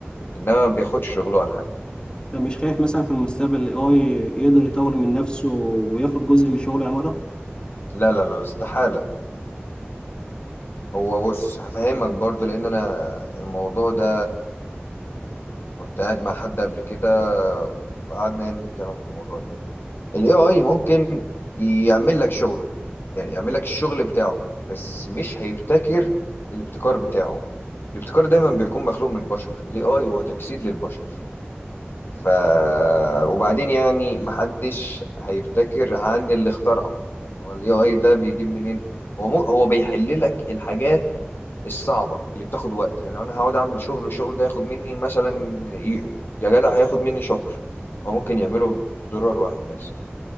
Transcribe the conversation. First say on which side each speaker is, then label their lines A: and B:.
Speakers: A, on the left; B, on the left.
A: انما ما بياخدش شغله ولا حاجة
B: فمش خايف مثلا في المستقبل ال AI يقدر يطور من نفسه وياخد جزء من شغل العمارة
A: لا لا لا استحالة هو بص هفهمك برضو لان انا الموضوع ده كنت قاعد مع حد قبل كده وقعدنا نتكلم في الموضوع ده الاي اي ممكن يعمل لك شغله يعني يعمل لك الشغل بتاعه بس مش هيبتكر الابتكار بتاعه الابتكار دايما بيكون مخلوق من البشر الاي اي هو تجسيد للبشر ف وبعدين يعني محدش هيفتكر عن اللي اخترعه يعني هو الاي اي ده بيجيب منين هو مو هو بيحل لك الحاجات الصعبه اللي بتاخد وقت يعني لو انا هقعد اعمل شغل والشغل ده ياخد مني مثلا ي- يا جدع هياخد مني شهر هو ممكن يعمله بزرار واحد بس